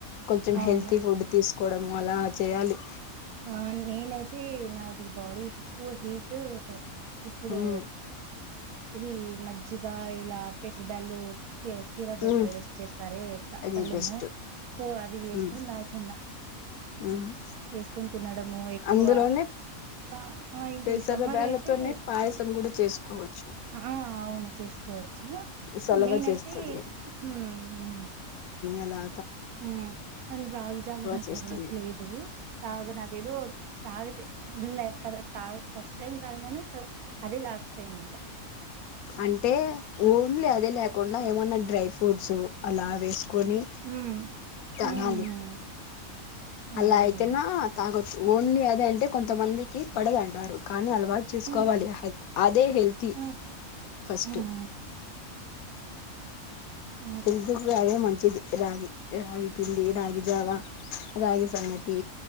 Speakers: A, on the left (about 80°); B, on the right (about 85°).
A: కొంచెం
B: అవును
A: హెల్తీ ఫుడ్ తీసుకోవడము అలా చేయాలి
B: ఆ నేనైతే నాది బాడీ ఎక్కువ హీట్ ఇప్పుడు
A: ఉమ్
B: ఇది మజ్జిగ ఇలా పెసర్ బ్యాలు కీరా కీరదోస
A: ఉమ్
B: ఎసి చేస్తార త
A: అది
B: పల్లెము
A: బెస్ట్
B: సో అది చేేసుకొని
A: ఉమ్
B: తాగుతున్నా
A: ఉమ్
B: చేసుకొని తినడము ఎక్కువ
A: అందులోనే
B: ఆ ఆ ఇంకా
A: పెసర
B: ఈ సమ్మర్
A: బేళ్ళతోనే
B: అయితే
A: పాయసం కూడా చేసుకోవచ్చు
B: ఆ అవును చేసుకో కోవచ్చు
A: సలవ
B: నేనైతే
A: చేస్తది
B: ఉమ్ ఉమ్
A: ఎలా
B: హ్మ్ అండ్ రాగి జవా నాకు
A: చేస్తుంది
B: అలవాట్ లేదు తాగు నాదే ఏదో తాగితే ఉల్లే పడ తా ఫస్ట్ టైం తాగినను అదే లాస్ట్ టైం ఇంకా
A: అంటే ఓన్లీ అదే లేకుండా ఏమన్నా డ్రై ఫ్రూట్స్ అలా వేసుకొని
B: ఉమ్
A: తగాలి
B: ఉమ్ ఉమ్
A: అలా అయితేనా తాగొచ్చు ఓన్లీ అది అంటే కొంతమందికి పడద అంటారు కానీ అలా వాట్ చుసుకోవాల
B: ఉమ్
A: అదే హెల్తీ
B: ఉమ్
A: ఫస్ట్
B: ఉమ్ ఉమ్ అదే
A: హెల్త్ కూడా అదే మంచిది రాగి రాగి పిల్లి రాగి జావ రాగి సంగటి